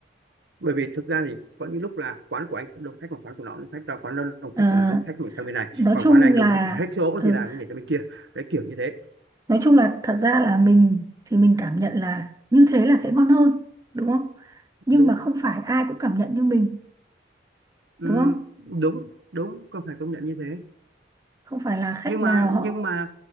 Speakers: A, on the right; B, on the right.
A: bởi vì thực ra thì có những lúc là quán của anh cũng đông khách còn quán của nó đông khách và quán nó đông
B: À,
A: khách thì nó khách nhảy sang bên này
B: nói
A: còn
B: chung
A: quán này anh
B: là
A: đông khách hết chỗ
B: ừ,
A: thì là nó nhảy sang bên kia đấy kiểu như thế
B: nói chung là thật ra là mình thì mình cảm nhận là như thế là sẽ ngon hơn đúng không? Nhưng
A: đúng
B: mà không phải ai cũng cảm nhận như mình
A: Ừm,
B: đúng không?
A: đúng đúng có phải công nhận như thế
B: Không phải là khách
A: nhưng mà
B: nào
A: nhưng
B: họ
A: mà